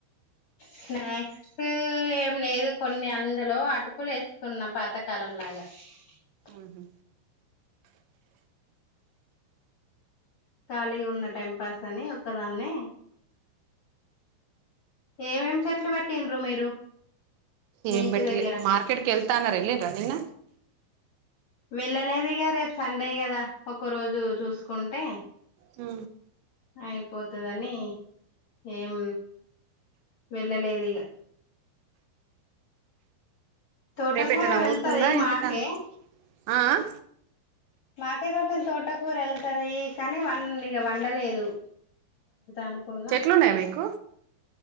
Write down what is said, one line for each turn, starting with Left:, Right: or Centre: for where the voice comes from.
Left: స్నాక్స్ ఏం లేదు కొన్ని అందులో అటుకులు వేసుకున్నాం పాతకాలం లాగా బోలో సౌండ్
Right: ఆహా
Left: ఖాళీగా ఉన్న టైం పాస్ అని ఒక్కదాన్నే ఏమేం చెట్లు పెట్టిండ్రు మీరు మీ
Right: ఏం
Left: ఇంటి
Right: పెట్టలే
Left: దగ్గర
Right: మార్కెట్ క వెళ్తాఅనారు వెళ్ళిండ్రా నిన్న
Left: వెళ్ళలేదుగా రేపు సండే కదా ఒక రోజు చూసుకుంటే
Right: ఉ
Left: అయిపోతుదని ఏం వెళ్ళలేదు ఇక తోటకూర
Right: రేపు ఎటైనా
Left: వెళ్తది
Right: పోతుండ్రా ఇంటికాడనే
Left: మాకే
Right: ఉంటుండ్రా ఆ ఆ
Left: మాకే కొంచెం తోటకూర వెళ్తుది కానీ ఇక వండలేదు అనుకున్నా
Right: చెట్లున్నాయి మీకు